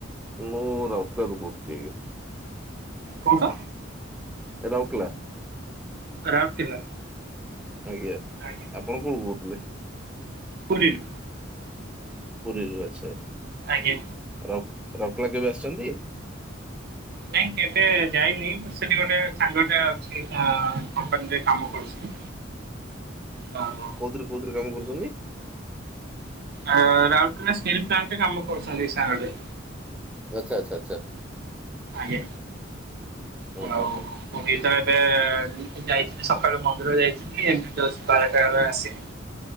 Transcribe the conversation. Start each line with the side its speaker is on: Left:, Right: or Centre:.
Centre: ମୁଁ ରାଉଲକେଲାରୁ କହୁଥିଲି ଆଜ୍ଞା।
Right: କୋଉଛ।
Centre: ରାଉକେଲା।
Right: ରାଉରକେଲା।
Centre: ଆଜ୍ଞା।
Right: ଆଜ୍ଞା।
Centre: ଆପଣ କଉଠୁ କହୁଥିଲେ।
Right: ପୁରୀରୁ।
Centre: ପୁରୀରୁ ଆଛା
Right: ଆଜ୍ଞା।
Centre: ରାଉ ରାଉରକେଲା କେବେ ଆସିଛନ୍ତି।
Right: ନାଇଁ କେବେ ଯାଇନି ସେଠି ଗୋଟେ ସାଙ୍ଗଟେ ଅଛି ଆଁ କମ୍ପାନୀରେ କାମ କରୁଛି। ହଁ।
Centre: କଉଥିରେ କୋଉଥିରେ କାମ କରୁଛନ୍ତି।
Right: ଆ ରାଉଲକେଲା ଷ୍ଟିଲ୍ ପ୍ଲାଣ୍ଟ ରେ କାମ କରଚନ୍ତି ସାଙ୍ଗଟେ।
Centre: ଆଚ୍ଛା ଆଛା ଆଛା।
Right: ଆଜ୍ଞା
Centre: ହଁ
Right: ହଉ।
Centre: ହଁ ହଁ
Right: ମୁଁ ବି ତ ଏବେ ଯାଇଥିଲି ସକାଳୁ ମନ୍ଦିର ଯାଇଥିଲି ଏବେ ଯଷ୍ଟ ବାରଟା ବେଳେ ଆସିଲି।